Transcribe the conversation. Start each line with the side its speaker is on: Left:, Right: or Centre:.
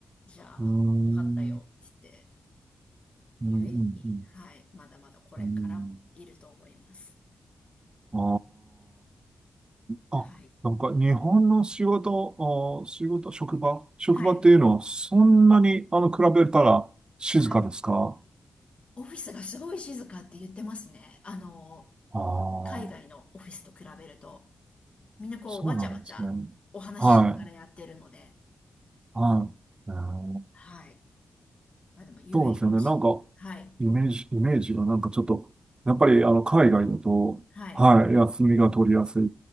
Left: じゃあ、
Right: うーん、
Left: 分かったよって言って、
Right: うん、うん、
Left: UAE、
Right: うん。
Left: はい、まだまだこれからもいると思います。
Right: うんああ、
Left: はい。
Right: あ、なんか日本の仕事、あー、仕事、職場、職場っていうのはそんなに、
Left: はい。
Right: あの、比べたら静かですか
Left: はい。オフィスがすごい静かって言ってますね。あの、
Right: ああー、
Left: 海外のオフィスと比べると、みんなこう、
Right: そうなんですね。
Left: わちゃわちゃお話ししながらやってるので、
Right: はい、はい。うーん
Left: はい。まあでも UAE
Right: そうですよね。
Left: もし、
Right: なんか、
Left: はい、
Right: イメージ、イメージがなんかちょっと、やっぱりあの、海外だと、
Left: はい。
Right: はい、休みが取りやすい。